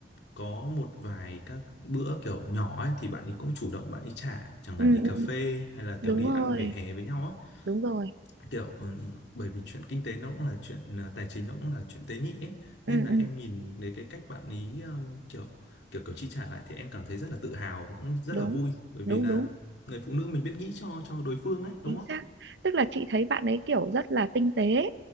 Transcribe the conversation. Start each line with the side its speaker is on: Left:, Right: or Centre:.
Left: có một vài các bữa kiểu nhỏ ấy thì bạn ấy cũng chủ động bạn ấy trả chẳng
Right: ừ
Left: hạn đi
Right: ừ
Left: cà phê hay là
Right: đúng
Left: kiểu đi
Right: rồi
Left: ăn vỉa hè với nhau á
Right: đúng rồi
Left: kiểu ừ, bởi vì chuyện kinh tế nó cũng là chuyện ờ, tài chính nó cũng là chuyện tế nhị ấy
Right: ừ
Left: nên là
Right: ừ
Left: em nhìn thấy cái cách bạn ý ừm, kiểu kiểu kiểu chi trả lại thì em cảm thấy rất là tự hào và cũng rất
Right: đúng
Left: là vui bởi
Right: đúng
Left: vì là
Right: đúng
Left: người phụ nữ mình biết nghĩ cho cho đối phương ấy đúng
Right: chính
Left: không?
Right: xác tức là chị thấy bạn ấy kiểu rất là tinh tế